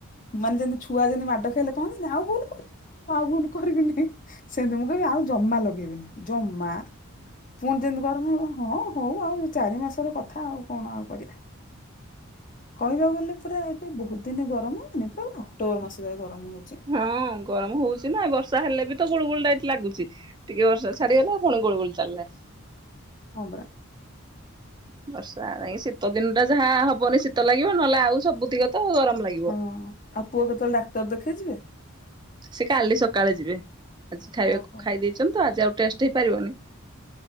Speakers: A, on the left; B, on the right.
A: ମାନେ ଯେମିତି ଛୁଆ ଯେମତି ମାଡ ଖାଇଲେ କହନ୍ତିି ଆଉ ଭୁଲ କୁହ ଆଉ ଭଣ କରିବିନି ସେମିତି ମୁଁ କହିବି ଆଉ ଜମା ଲଗେଇବିନି ଜମା ପୁଣି ଯେମିତି କର ହଁ ହଉ ଆଉ ଚାରି ମାସ କଥା ଆଉ କଣ ଆଉ କରିବା କହିବାକୁ ଗଲେ ପୁରା ଏବେ ବହୁତ ଦିନେ ଗରମ ହଉନି ପୁରା ଅକ୍ଟୋବର ମାସ ଯାଏ ଗରମ ହଉଛି
B: ହଁ ଗରମ ହଉଛିି ନା ବର୍ଷା ହେଲେ ବି ତ ଗୁଳୁ ଗୁଳଟା ଏଠି ଲାଗୁଛି ଟିକେ ବର୍ଷ ଛାଡିଗଲାଉୁଣି ଗୁ ଗୁଳି ଚାଲେ
A: ହବରା
B: ବର୍ଷା ନାଇଁ ଶୀତ ଦିନଟା ଯାହା ହବନି ଶୀତ ଲାଗିବ ନହେଲେ ଆଉ ସବୁ ଦିଗ ତ ଗରମ ଲାଗିବ
A: ହଁ ଆଉ ପୁଅ କେତେବେଳେ ଡାକ୍ତର ଦେଖେଇଯିବେ
B: ସେ କାଲି ସକାଳେ ଯିବେ ଆଜି ଖାଇବାକୁ
A: ଓହୋ
B: ଖାଇ ଦେଇେଇଛନ୍ତି ତ ଆଜି ଆଉ ଟେଷ୍ଟ ହେଇପାରିବନି